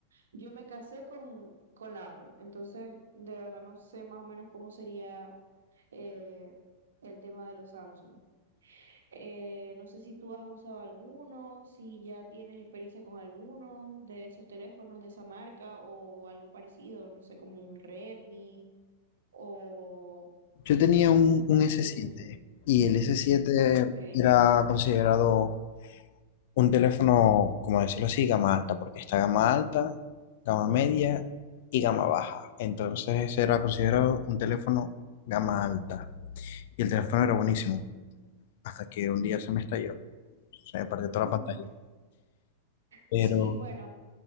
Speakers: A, on the right; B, on the left.
A: yo me casé con, con la Apple, entonces de verdad no sé más o menos cómo sería eh, el tema de los Samsung. Eh, no sé si tú has usado alguno, si ya tienes experiencia con alguno de esos teléfonos de esa marca o algo parecido, no sé, como un Redmi o
B: yo tenía un, un s
A: un...
B: siete y el s siete
A: Ok.
B: era considerado un teléfono, como decirlo así, gama alta, porque está gama alta, gama media y gama baja. Entonces era considerado un teléfono gama alta. Y el teléfono era buenísimo, hasta que un día se me estalló, se me partió toda
A: Mm.
B: la pantalla. Pero,
A: Sí, bueno,